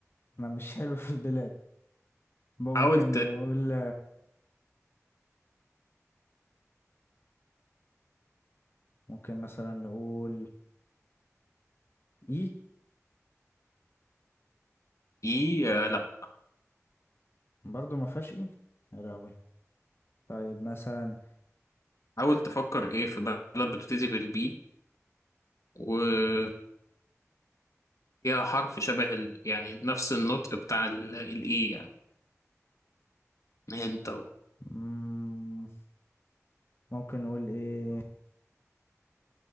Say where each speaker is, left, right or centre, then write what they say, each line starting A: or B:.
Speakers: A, on the left (about 45°); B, on the left (about 75°).
A: انا مش حلو في البلاد ممكن
B: حاول
A: نقول ممكن مثلا نقول اي
B: اي آه، لا
A: برضو ما فيهاش اي يا لهوي طيب مثلا
B: حاول تفكر ايه في بلد بتبتدي بالبي وفيها حرف شبه ال... يعني نفس النطق بتاع ال- الاي يعني انت و...
A: مم، ممكن نقول ايه